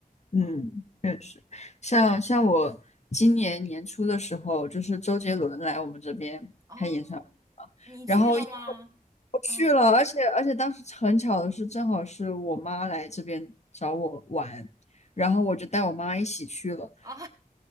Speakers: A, on the left (about 50°); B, on the right (about 20°).
A: 嗯，
B: 嗯，
A: 确实，像像我今年年初的时候，就是周杰伦来我们这边开演唱会，
B: 哦，你去了吗？
A: 然后因为我去了，
B: 嗯
A: 而且而且当时很巧的是，正好是我妈来这边找我玩，然后我就带我妈一起去了。
B: 啊，